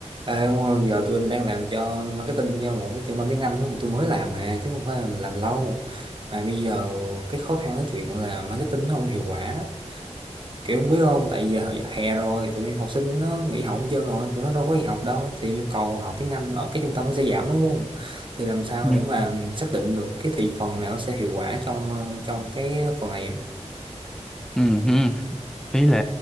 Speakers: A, on the right; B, in the centre.
A: À, đúng rồi, giờ tôi đang làm cho marketing cho một cái trung tâm tiếng Anh đó mà tôi mới làm mà chứ không phải là mình làm lâu mà bây giờ cái khó khăn cái chuyện là marketing nó không hiệu quả kiểu không biết không tại giờ hè rồi tụi học sinh nó nghỉ học hết trơn rồi tụi nó đâu có đi học đâu thì nhu cầu học tiếng Anh ở cái trung tâm nó sẽ giảm đúng không thì làm sao
B: Ừ.
A: để mà xác định được cái thị phần nào nó sẽ hiệu quả trong ờ, trong cái phần này
B: Ừ, hứ. Ý là